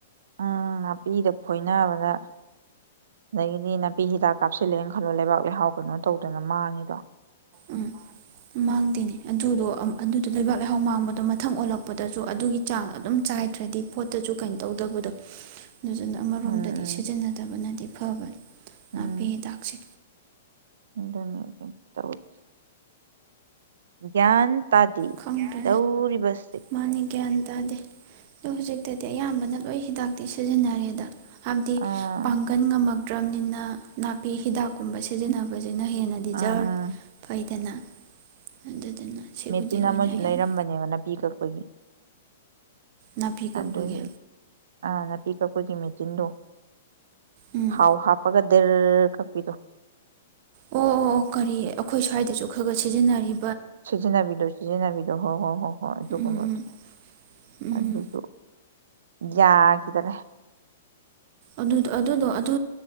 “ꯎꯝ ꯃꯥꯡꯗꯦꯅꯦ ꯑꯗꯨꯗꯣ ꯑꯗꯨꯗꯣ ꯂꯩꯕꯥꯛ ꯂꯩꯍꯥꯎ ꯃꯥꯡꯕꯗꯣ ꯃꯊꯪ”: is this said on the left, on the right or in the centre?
Right